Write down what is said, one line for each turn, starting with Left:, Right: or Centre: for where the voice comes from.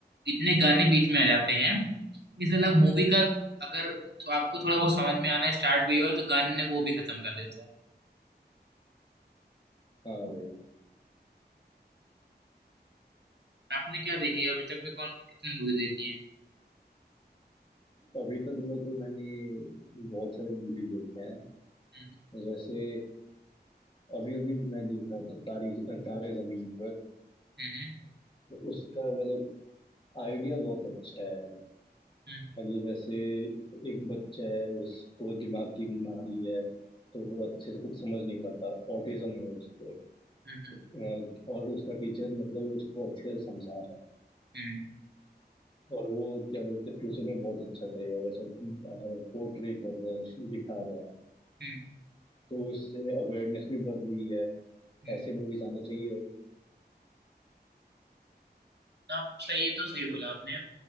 Right: इतने गाने बीच में आ जाते हैं इस अलावा मूवी का अगर तो आपको थोड़ा बहुत समझ में आना स्टार्ट भी हुआ तो गाने ने वो भी खत्म कर देता है
Left: हाँ भाई
Right: आपने क्या देखी है अभी तक में कौन कितनी मूवी देखी है
Left: अभी तक में तो मैंने बहुत सारे मूवीज देखे हैं
Right: हम्म
Left: जैसे अभी अभी मैं देख रहा था तारी तारे जमीन पर
Right: हम्म
Left: उसका मतलब आइडिया बहुत अच्छा है
Right: हम्म
Left: मतलब जैसे एक बच्चा है उसको दिमाग की बीमारी है तो वो अच्छे से कुछ समझ नहीं पाता ऑटिज्म है उसको
Right: हम्म
Left: अ, और उसका टीचर मतलब उसको अच्छे से समझा रहा है
Right: हम्म
Left: और वो क्या बोलते हैं फ्यूचर में बहुत अच्छा करेगा वैसे पोर्ट्रे कर रहे हैं दिखा रहे हैं
Right: हम्म,
Left: तो उससे अवेयरनेस भी बढ़ रही है
Right: हम्म।
Left: ऐसे मूवीज आने चाहिए और
Right: हाँ, सही ये तो सही बोला आपने